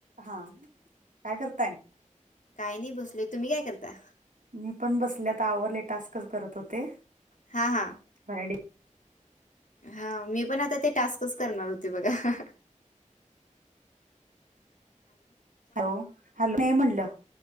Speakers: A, on the right; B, on the left.
A: हा काय करताय
B: काय नाही बसलय तुम्ही काय करता
A: मी पण बसल्यात आवरले टास्कच करत होते
B: हा हा
A: हॅलो
B: हा मी पण आता ते टास्कच करणार होते बघा हाह.
A: हॅलो, हॅलो नाही म्हणलं